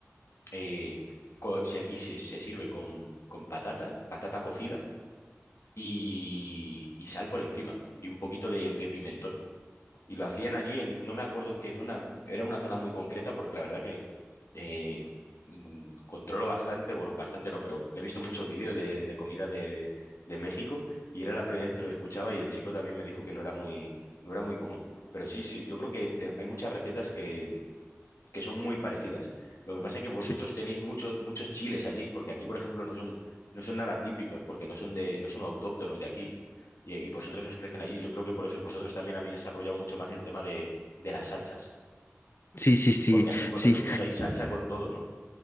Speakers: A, on the left (about 70°); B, on the left (about 50°).
A: eh, co- se- y se, se sirve con, con patata, patata cocida y, y sal por encima y un poquito de, de pimentón. Y lo hacían allí en, no me acuerdo en qué zona, era una zona muy concreta porque la verdad que eh, mm, controlo bastante, bueno, bastante no, pero me he visto muchos vídeos de, de comida de, de México y era la primera vez que lo escuchaba y el chico también me dijo que no era muy, no era muy común. Pero sí, sí, yo creo que te- hay muchas recetas que, que son muy parecidas. Lo que pasa es que vosotros
B: Sí.
A: tenéis muchos muchos chiles allí, porque aquí, por ejemplo, no son, no son nada típicos, porque no son de, no son autóctonos de aquí, y, y vosotros os crecen allí. Yo creo que por eso vosotros también habéis desarrollado mucho más el tema de, de las salsas,
B: Sí, sí, sí,
A: porque aquí vosotros
B: sí.
A: usáis salsa con todo, ¿no?